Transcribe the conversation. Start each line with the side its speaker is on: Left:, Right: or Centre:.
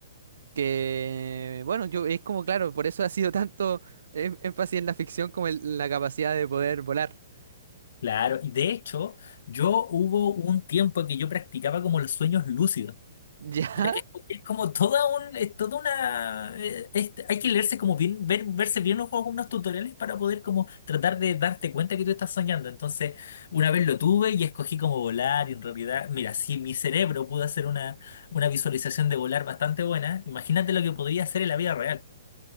Right: Que, bueno, yo es como, claro, por eso ha sido tanto en- énfasis en la ficción como en la capacidad de poder volar. <laughs>
Left: Claro, y de hecho, yo hubo un tiempo que yo practicaba como los sueños lúcidos.
Right: ¿Ya?
Left: Ya que es como toda un, es toda una, eh, es- hay que leerse como bien, ver, verse bien los unos tutoriales para poder como tratar de darte cuenta que tú estás soñando. Entonces, una vez lo tuve y escogí como volar y en realidad, mira, si mi cerebro pudo hacer una, una visualización de volar bastante buena, imagínate lo que podría hacer en la vida real.